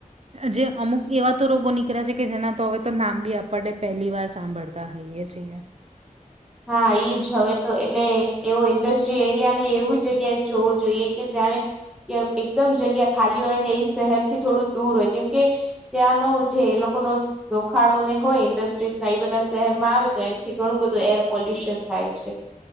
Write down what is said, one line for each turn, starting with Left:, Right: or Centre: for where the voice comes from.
Right: જે અમુક એવા તો રોગો નીકળ્યા છે કે જેના તો હવે તો નામ બી આપ પહેલી વાર સાંભળતા પતા હૈએ સએ
Centre: હા એઈ જ હવે તો એટલે એવો ઇન્ડસ્ટ્રીયલ એરિયા ને એવી જગ્યાએ જોવું જોઈએ કે જયારે કે એકદમ જગ્યા ખાલી હોય ને એ શહેરથી થોડું દૂર હોય કેમ કે ત્યાંનો જે એ લોકો ન જોખાડો ને હોય ઇન્ડસ્ટ્રીઝ એ બધા શહેર માં આવે તો એનાથી ઘણું બધું એર પોલ્યુશન થાય છે